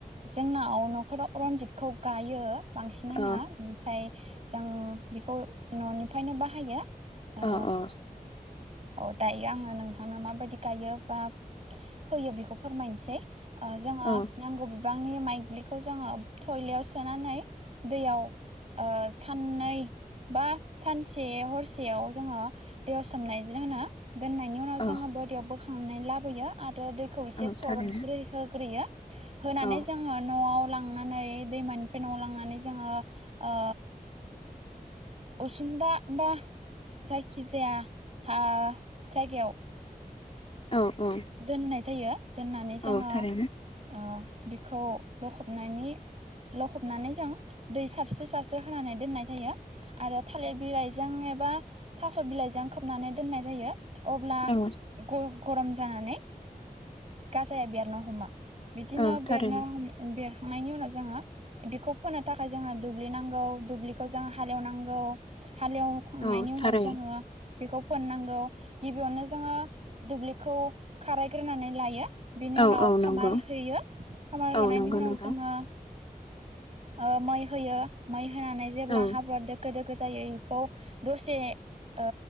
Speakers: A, on the right; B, on the left.
A: जोंनाव न'खराव रनजितखौ गायो बांसिनानो
B: औ
A: ओमफ्राय जों बेखौ न'निफ्रायनो बाहायो ओ
B: औ औ
A: औ दायो आङो नोंथांनो माबायदि गायो बा फोयो बेखौ फोरमायनोसै ओ जोङो
B: औ
A: नांगौ बि बांनि माइग्लिखौ जोङो थयलायाव सोनानै दैयाव ओ साननै बा सानसे हरसेयाव जोङो दैयाव सोमनाय दिनो होना दोननायनि उनाव
B: औ
A: जोङो बोरियाव बोखांनानै लाबोयो आर रो दैखौ एसे
B: औ
A: सरद
B: थारैनो
A: ग्रैहै ग्रोहोयो होनानै
B: औ
A: जों न'आव लांनानै दैमानिफ्राय नवाव लांनानै जोङो ओ उसुनदा बा जायखिजाया हा जायगायाव
B: औ औ
A: दोननाय जायो दोननानै जोङो
B: औ थारैनो
A: ओ बेखौ लखबनायनि लखबनानै जों दै सारस्रो सारस्रो होनानै दोननाय जायो आरो थालिर बिलाइजों एब बा थास' बिलाइजों खोबनानै दोननाय जायो अब्ला
B: औ
A: ग गरम जानानै गाजाया बेरनो हमो बिदिनो
B: औ
A: बेरना
B: थारैनो
A: हम बेर खांनायनि उनाव जोङो बेखौ फोनो थाखाय जोङो दुब्लि नांगौ दुब्लिखौ जों हालेवनांगौ हालेवखांनायनि
B: औ
A: उनाव
B: थारैनो
A: जोङो बेखौ फोनांगौ गिबियावनो जोङो दुब्लिखौ खारायग्रोनानै लायो बिनि
B: औ
A: उनाव
B: औ नंगौ
A: खामार होयो खामार
B: औ
A: होनायनि
B: नंगौ
A: उनाव
B: नोंथां
A: जोङो ओ मै होयो मै होनानै जेब्ला
B: औ
A: हाब्रुवा दोखो दो गोजायै बेखौ दसे ओ